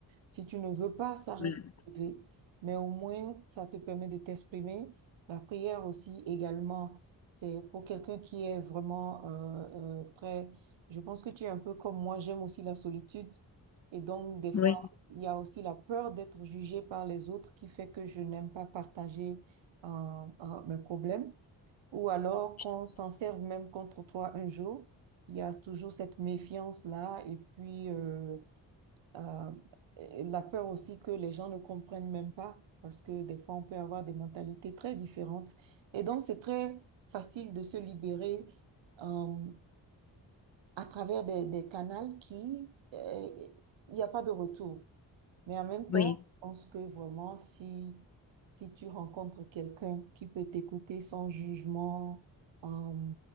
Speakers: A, on the right (about 70°); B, on the left (about 35°).
A: Si tu ne veux pas, ça reste
B: voilà.
A: privé. Mais au moins, ça te permet de t'exprimer. La prière aussi, également, c'est pour quelqu'un qui est vraiment euh, euh, très... Je pense que tu es un peu comme moi, j'aime aussi la solitude. Et donc, des fois,
B: oui,
A: il y a aussi la peur d'être jugée par les autres qui fait que je n'aime pas partager euh, euh, mes problèmes. Ou alors
B: je-
A: qu'on s'en serve même contre toi un jour. Il y a toujours cette méfiance-là et puis euh, euh, et la peur aussi que les gens ne comprennent même pas parce que des fois on peut avoir des mentalités très différentes. Et donc c'est très facile de se libérer euh, à travers des, des canaux qui, euh, il n'y a pas de retour. Mais en même temps,
B: oui,
A: je pense que vraiment, si, si tu rencontres quelqu'un qui peut t'écouter sans jugement, euh,